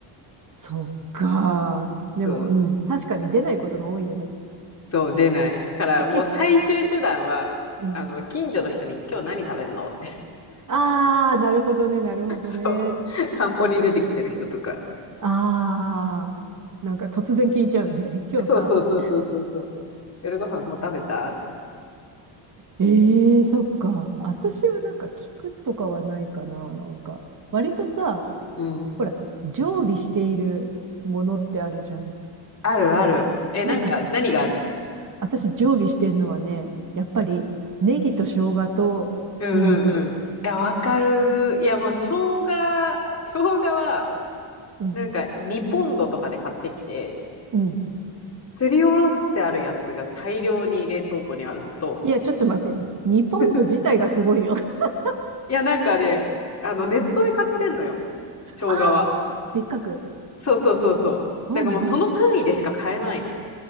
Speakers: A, on the right; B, on the left.
A: そっか。でも、
B: そう、
A: うん。確かに出ないことが多いよね。
B: そう、出ない。から、
A: で、
B: もう最終手段は、
A: け、うん。
B: あの、近所の人に今日何食べんのって。
A: ああ、なるほどね、なるほどね。
B: <laughs> そう。散歩に出てきてる人とか。
A: ああ、なんか突然聞いちゃうのね。<laughs> え、今日さ、
B: そうそうそうそうそうそう。
A: なんて。
B: 夜ご飯もう食べたとか。
A: ええー、そっか。私はなんか聞くとかはないかな、なんか。割とさ、
B: うん。
A: ほら、常備しているものってあるじゃん。
B: あるある。え、なんか、
A: なんか、
B: 何がある
A: 私常備してんのはね、やっぱりネギと生姜とニンニク。
B: うんうんうん。いや、わかる。いや、もう、生姜、生姜は、
A: うん、
B: なんか、2ポンドとかで買ってきて、
A: うん。
B: すりおろしてあるやつが大量に冷凍庫にあるのと、
A: いや、ちょっと待って。2ポンド自体がすごいよ。
B: <laughs>
A: <laughs>
B: いや、なんかね、あの、ネットで買ってんのよ。生姜は。
A: ああ、でっかく。
B: そうそうそうそう。
A: うんうん。
B: だからもう、その単位でしか買えないの。